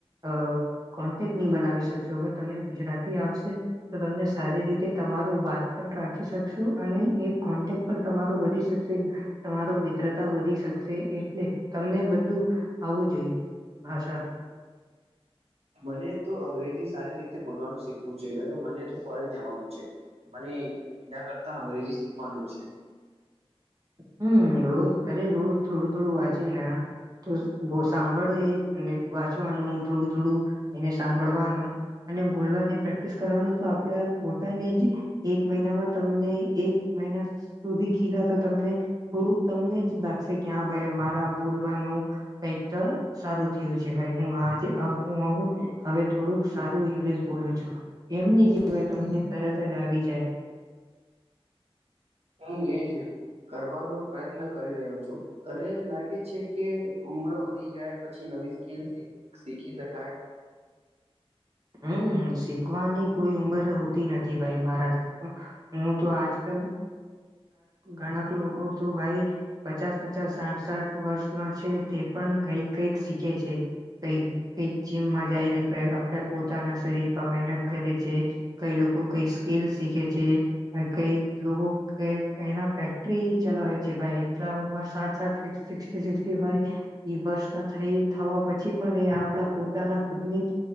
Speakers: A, on the right; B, on the right.
A: અ કોન્ટેક નહી બનાવી શકશો અગર તમને ગુજરાતી આવશે તો તમને સારી રીતે તમારૂ બાત પણ રાખી શકશો અને એક કોન્ટેક્ટ પણ તમારો વધી શકશે તમારો મિત્રતા વધી શકશે એટલે તમને બધું. આવું જોઈએ ભાષા
B: મને તો અંગ્રેજી સારી રીતે બોલવાનું શીખવું છે કારણ કે મને તો ફોરેન જવાનું છે. મને એના કરતા અંગ્રેજી શીખવાનું છે.
A: હમ રોજ અરે રોજ થોડું થોડું વાંચી ને તો સાંભળેને વાંચવાનું થોડું થોડું એને સાંભળવાનું અને બોલવાની પ્રેક્ટિસ કરવાનું તો આપણેે પોતાની જ એક મહિનામાં તમને એક મહિના સુધી કીધ તમને થોડુંક તમને જ લાગશે કે હા ભાઈ મારા બોલવાનું કઈક <unintelligible> સારું થયું છે ભાઈ હું આજે હું હવે થોડુંક સારું ઈંગ્લિશ બોલું છું. એમ નની કેહેવાય તમને તરત જ આવી જાય.
B: હું એજ કરવાનો પ્રયત્ન કરી રહ્યો છું. તને લાગે છે, કે ઉમ્ર વધી જાય પછી નવી સ્કીલ શીખી શકાય?
A: હમ્મ શીખવાની કોઈ ઉમર હોતી નથી ભાઈ મારા હું તો આજ કલ ઘણાક લોકો તો ભાઈ પચાસ પચાસ સાઠ સાઠ વર્ષ ના છે તે પણ કઈક કઈક શીખે છે. કઈ કક જીમમાં જઈને આપણે પોતાના શરીરમાં મહેનત કરે છે. કઈ લોકો કઈ સ્કીલ શીખે છે કઈ લોકો કે એના ફેક્ટરી ચલાવે છે. ભાઈ એટલા ઉમર સાઠ સાઠ સિક્ટી ફાઈવ એ વર્ષના થઈ થવા પછી પણ એ આપણા પોતાના ખુદની